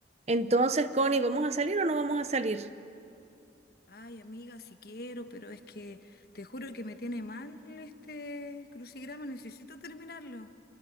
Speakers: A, on the right; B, on the left.
A: Entonces, Connie, ¿vamos a salir o no vamos a salir?
B: Ay, amiga, si quiero, pero es que te juro que me tiene mal este crucigrama, necesito terminarlo.